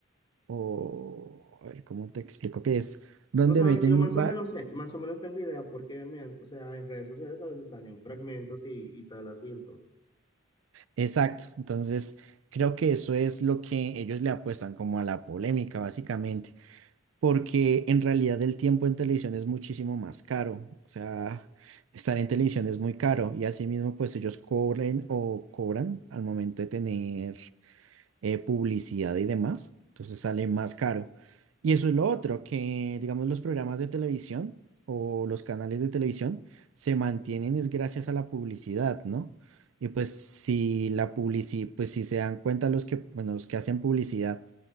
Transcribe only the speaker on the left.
O sea,
yo más
o menos sé, más o menos tengo idea porque, me han- o sea, en redes sociales a veces salen fragmentos y, y tal así, entonces.